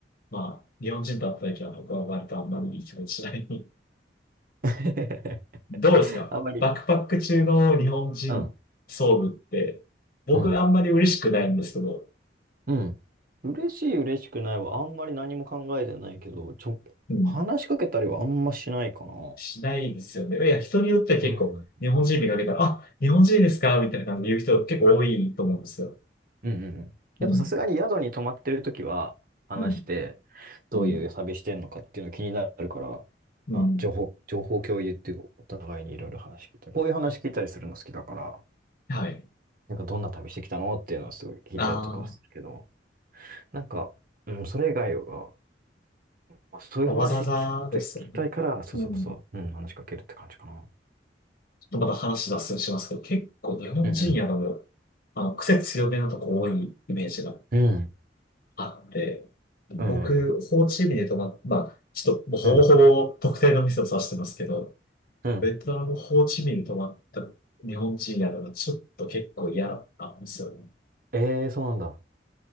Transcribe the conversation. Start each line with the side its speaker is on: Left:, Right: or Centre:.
Left: まあ日本人と会った時は僕は割とあんまりいい気持ちしない。<laughs>
Right: <laughs>
Left: どうですかバックパック中の日本人遭遇って、
Right: あんまり。うん。
Left: 僕あんまり嬉しくないんですけど、
Right: うん。うん。嬉しい、嬉しくないはあんまり何も考えてないけど、ちょ、
Left: うん、
Right: 話しかけたりはあんましないかな。
Left: しないですよね。いや、人によっては結構、
Right: うん。うん
Left: 日本人見かけたら、あ、日本人ですかみたいな感じで言う人結構多いと思うんですよ。
Right: うんうん。
Left: うん。
Right: やっぱさすがに宿に泊まってるときは話して、
Left: うん。
Right: どういう旅してんのかっていうの気になるから、
Left: うん。うん。
Right: あ、情報、情報共有っていうか、お互いにいろいろ話聞いたり、こういう話聞いたりするの好きだから、
Left: はい。
Right: なんかどんな旅してきたのっていうのはすごい聞いたりとかはするけど、
Left: あ
Right: なんか、うん、それ以外はまあ、そういう話聞きたい、
Left: あ、わざわざですよね。
Right: 聞きたいから、そうそうそう、
Left: うん。
Right: うん、話しかけるって感じかな。
Left: ちょっとまた話脱線しますけど、結構日本人やの、
Right: うん
Left: あの、癖強めのとこ多いイメージが
Right: うん。
Left: あって、僕、
Right: うん。うんうん
Left: ホーチミンで泊まっ、まあ、ちょっともうほぼほぼ特定の店を指してますけど、
Right: うん。うん。うん
Left: ベトナム、ホーチミンに泊まった日本人やのがちょっと結構嫌だったんですよね。
Right: ええー、そうなんだ。